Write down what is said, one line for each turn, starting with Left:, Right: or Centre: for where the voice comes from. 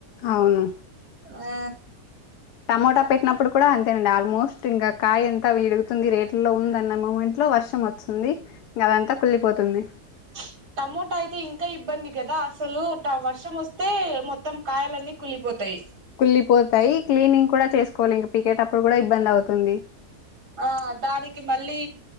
Left: అవును
Right: ఆ
Left: టమోటా పెట్టి న ప్పుడు కూడా అంతేనండి ఆల్మోస్ట్ ఇంగ కాయ ఎంత విడుగుతుంది రేట్ లో ఉందన్న మూమెంట్ లో వర్షం వస్తుంది ఇంగా అదంతా కుళ్లిపోతుంది
Right: <inaudible> టమోటా అయితే ఇంకా ఇబ్బంది గదా అసలు వర్షం వస్తే మొత్తం కాయలన్నీ కుళ్ళిపోతాయి
Left: కుళ్ళిపోతాయి క్లీనింగ్ కూడా చేసుకోవాలి ఇంక పీకేటప్పుడు కూడా ఇబ్బంది అవుతుంది.
Right: ఆ దానికి మళ్ళీ